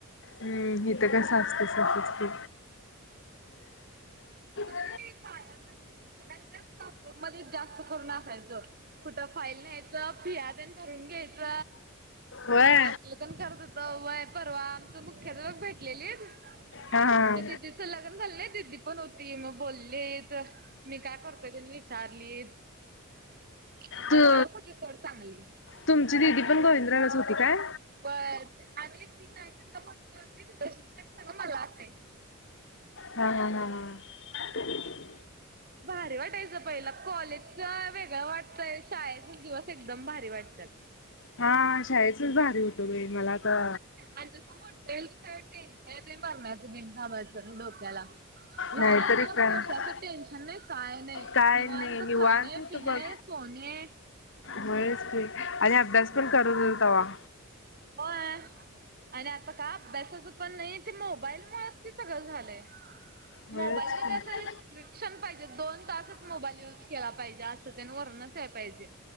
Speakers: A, on the left; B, on the right.
A: हम्म हित कसं आसतंय तसचं की? <unintelligible>
B: <unintelligible> शिक्षकांच्या स्टाफरूममध्ये जास्त करून आसायचो. कुठं फाईल न्यायचं, फियातेन भरून घ्यायचं.
A: होय
B: आसल तेन करत होतो व्हय परवा आमचं मुख्याध्याप भेटलेलीत‌.
A: हा हा
B: त्या दिदीचं लग्न झालं नाही दिदी पण होती मग बोलीत मी काय करतोय तेन विचारलीत. आता
A: तू
B: ओळख होती सोड चांगली.
A: तुमची दिदी पण गोविंद्रालाच होती काय?
B: व्हय आणि ती <unintelligible> मोठी होती तिज शिक्षक सगळी मला असायची.
A: हा, हा, हा, हा,
B: भारी वाटायचं पहिला कॉलेजच वेगळं वाटतंय शाळेचचं दिवस एकदम भारी वाटतात.
A: हा शाळेचच भारी होत बाई मला आता
B: आणि जसं मोठं होईल तसं टेन्शन येतय मरणाचं बाई बिनकामाचा डोक्याला. लहान
A: नाहीतरी
B: असताना
A: काय
B: कशाच टेन्शन नाही काय नाही
A: काय
B: निवांत
A: नाही निवांत
B: खाणे,
A: होत
B: पिणे,
A: बघ
B: आणि सोने,
A: होयच की आणि अभ्यास पण करत होतव तव्हा.
B: व्हय आणि आता का अभ्यासाच पण नाही ते मोबाईल मूळचं की सगळं झालंय.
A: होयच
B: मोबाईलमध्ये
A: की
B: आसं रिस्ट्रिशन पाहिजे दोन तासच मोबाईल यूज केला पाहिजे असं. सं तेन वरणच या पाहिजे